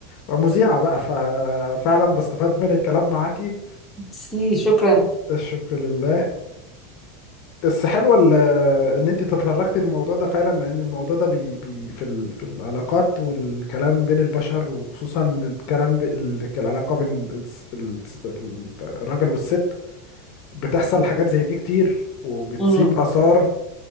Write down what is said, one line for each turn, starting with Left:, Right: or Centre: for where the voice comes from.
Left: مذيعة بقى ففعلا بستفاد من الكلام معاكي
Centre: ميرسي، شكرا
Left: الشكر لله بس حلوة ال- ان انت تطرقتي للموضوع ده فعلا لان الموضوع ده بي بي في ال في العلاقات والكلام بين البشر وخصوصا الكلام ب- ال- العلاقة بين الس- الس- الراجل والست بتحصل حاجات زي دي كتير وبتسيب
Centre: مم.
Left: آثار